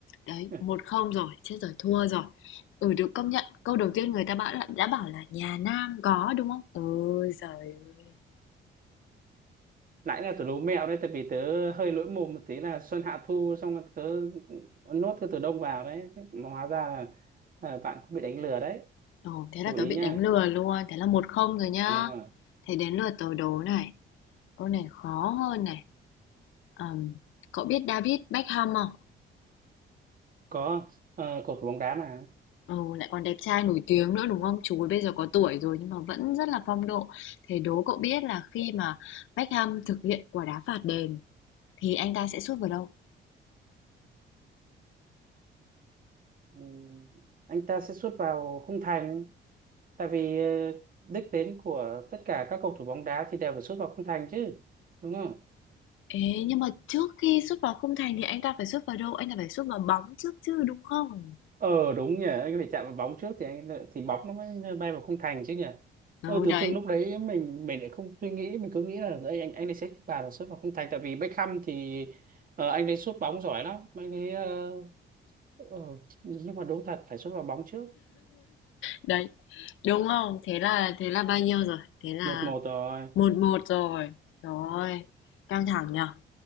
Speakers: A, on the left (about 80°); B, on the right (about 45°).
A: Đấy,
B: <laughs>
A: một không rồi, chết rồi, thua rồi. Ừ, được công nhận. Câu đầu tiên người ta bảo là, đã bảo là nhà Nam có đúng không? Ôi giời ơi.
B: nãy là tớ đố mẹo đấy tại vì tớ hơi lỗi mồm một tí là Xuân Hạ Thu xong rồi tớ nốt cái từ Đông vào đấy Mà hóa ra là ờ, bạn cũng bị đánh lừa đấy
A: Ồ, thế
B: chú
A: là tớ
B: ý
A: bị
B: nhá
A: đánh lừa luôn. Thế là một không rồi nhá.
B: đúng rồi
A: Thế đến lượt tớ đố này. Câu này khó hơn này. Ờm, cậu biết David Beckham không?
B: có ờ, cầu thủ bóng đá mà
A: Ừ, lại còn đẹp trai nổi tiếng nữa đúng không? Chú ấy bây giờ có tuổi rồi nhưng mà vẫn rất là phong độ. Thế đố cậu biết là khi mà Beckham thực hiện quả đá phạt đền thì anh ta sẽ sút vào đâu?
B: Ừ, anh ta sẽ sút vào khung thành tại vì ờ, đích đến của tất cả các cầu thủ bóng đá thì đều phải sút vào khung thành chứ đúng không
A: Ê, nhưng mà trước khi sút vào khung thành thì anh ta phải sút vào đâu? Anh ta phải sút vào bóng trước chứ đúng không?
B: ờ đúng nhỉ anh phải chạm vào bóng trước thì anh thì bóng nó mới bay vào khung thành chứ nhỉ
A: Ừ,
B: ờ tự
A: đấy,
B: dưng lúc đấy mình mình lại không suy nghĩ mình cứ nghĩ là anh anh anh ấy sẽ vào là sút vào khung thành tại vì Beckham thì ờ, anh ấy sút bóng giỏi lắm anh ấy ờ, ờ, nhưng mà đúng thật phải sút vào bóng trước
A: đấy. Đúng không? Thế là thế là bao nhiêu rồi? Thế là
B: một một rồi
A: một một rồi. Rồi, căng thẳng nhở?